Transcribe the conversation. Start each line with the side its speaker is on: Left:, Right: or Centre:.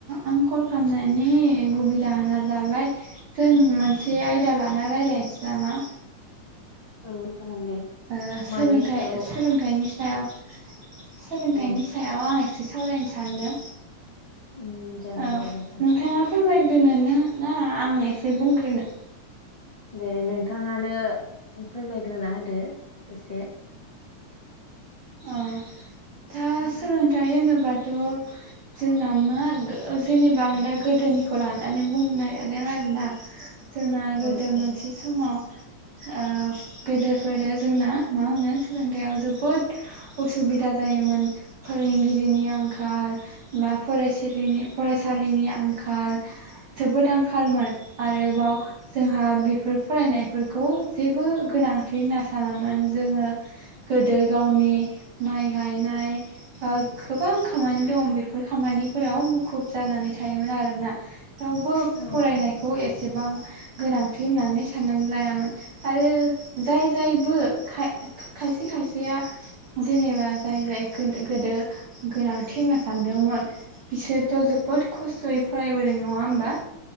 Right: आं कल खालामनायनि गुबै जाहोना जाबाय जों मोनसे आयदा लाना रायज्लायनोसै नामा।
Left: औ। जागोन दे
Right: ओ सोलोंथाइ
Left: मानि सायाव
Right: सोलोंथाइनि। सायाव सोलोंथाइनि
Left: औ
Right: सायाव आं एसे सावरायनो सानदों।
Left: उम जागोन
Right: औ
Left: दे नोंथां
Right: नोंथाङाफोरमाय। दनोनो ना आं एसे बुंग्रोनो।
Left: दे नोंथाङानो फोरमायग्रोना होदो एसे।
Right: औ। दा
Left: औ
Right: सोलोंथाइ होनोबा। थ' जोंना मा जेनेबा आं दा गोदोनिखौ लानानै बुंनो नागिरदों आरोना। जोंना गोदो
Left: जागोन
Right: मोनसे
Left: दे
Right: समाव। ओ गोदोफोरो जोंना मा होनो सोलोंथाइयाव जोबोद। उसुबिदा जायोमोन फोरोंगिरिनि आंखाल बा फरायसालिनि फरायसालिनि आंखाल जोबोद आंखालमोन आरोबाव जोंहा बेफोर फरायनायफोरखौ जेबो गोनांथि होनना सानामोन जोङो गोदो। गावनि माइ गायनाय बा गोबां खामानि दं बेफोर खामानिफोराव मुखुब जानानै थायोमोन आरोना। रावबो
Left: औ
Right: फरायनायखौ एसेबां। गोनांथि होननानै साननानै लायामोन आरो जाय जायबो खाय खायसे खायसे। बिया जेनेबा जाय जाय गोदो गोनांथि होनना सानदोंमोन बिसोरथ' जोबोद खस्थ'यै फरायबोदों नङा होमबा‌।